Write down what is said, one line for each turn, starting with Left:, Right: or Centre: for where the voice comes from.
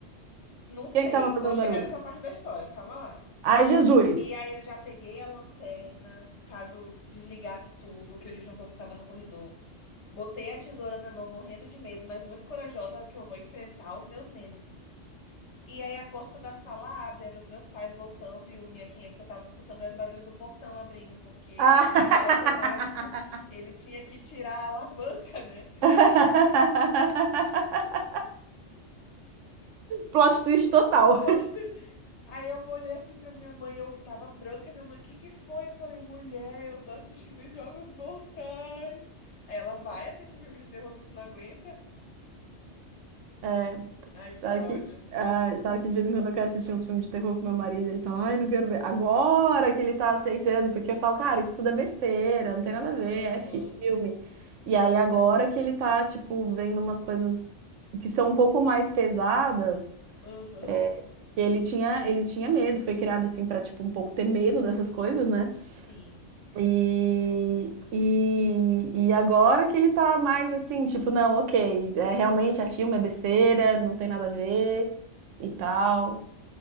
Left: Não sei,
Right: Quem é que tava fazendo
Left: vou chegar
Right: barulho?
Left: nessa parte da história, calma lá.
Right: Ai, Jesus!
Left: E aí eu já peguei a lanterna, caso desligasse tudo, que o disjuntor ficava no corredor. Botei a tesoura na mão, morrendo de medo, mas muito corajosa que eu vou enfrentar os meus medos. E aí a porta da sala abre, eram os meus pais voltando e o nhequinha que eu tava escutando era o barulho do portão abrindo, porque ele
Right: Ah!
Left: não era automático,
Right: <laughs>
Left: ele tinha que tirar a alavanca, né?
Right: <laughs> Plot twist total.
Left: O plot twist. Aí eu olhei assim pra minha mãe, eu tava branca, minha mãe, o que que foi? Eu falei, mulher, eu tô assistindo Jogos Mortais. Aí ela vai assistir filme de terror que tu não aguenta?
Right: É,
Left: Ai, que
Right: sabe
Left: ódio.
Right: que, ah, sabe que de vez em quando eu quero assistir uns filmes de terror com meu marido, ele fala, ai, não quero ver. Agora que ele tá aceitando, porque eu falo, cara, isso tudo é besteira, não tem nada a ver,
Left: Aham,
Right: é filme. E aí agora que ele tá, tipo, vendo umas coisas que são um pouco mais pesadas,
Left: aham,
Right: é, ele tinha, ele tinha medo, foi criado assim pra, tipo, um pouco ter medo dessas coisas, né?
Left: sim.
Right: E, e, e agora que ele tá mais assim, tipo, não, ok, é, realmente é filme, é besteira, não tem nada a ver e tal.